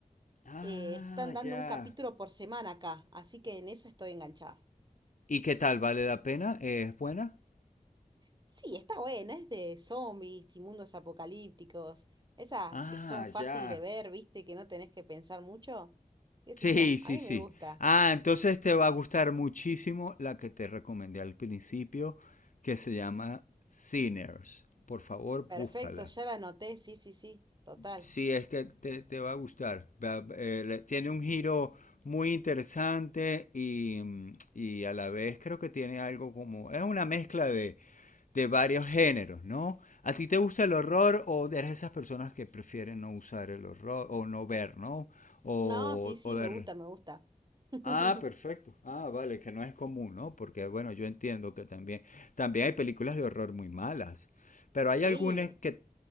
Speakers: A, on the left; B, on the right.
A: Ah,
B: Eh, están dando
A: ya.
B: un capítulo por semana acá, así que en esa estoy enganchada.
A: ¿Y qué tal? ¿Vale la pena? ¿Es buena?
B: Sí, está buena, es de zombies y mundos apocalípticos, esas
A: Ah,
B: que son fácil
A: ya.
B: de ver, ¿viste? Que no tenés que pensar mucho. ¿Qué sé
A: Sí,
B: yo?
A: sí,
B: A mí
A: sí.
B: me gusta.
A: Ah, entonces te va a gustar muchísimo la que te recomendé al principio, que se llama Sinners. Por favor,
B: Perfecto,
A: búscala.
B: ya la anoté, sí, sí, sí, total.
A: Sí, es que te, te va a gustar. Va- eh, le- tiene un giro muy interesante y, mm, y a la vez creo que tiene algo como... Es una mezcla de de varios géneros, ¿no? ¿A ti te gusta el horror o eres de esas personas que prefieren no usar el horror o no ver, ¿no? O,
B: No, sí, sí,
A: o de...
B: me gusta, me gusta. <laughs>
A: Ah, perfecto. Ah, vale, que no es común, ¿no? Porque bueno, yo entiendo que también, también hay películas de horror muy malas, pero hay
B: Sí.
A: algunas que